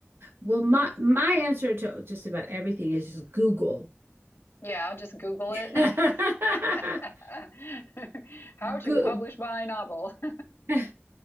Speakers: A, on the right; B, on the left.
A: Well, my my answer to just about everything is just Google.
B: Yeah, I'll just Google it.
A: <laughs>
B: <laughs> How to
A: Go
B: publish my novel. <laughs>
A: <laughs> Well,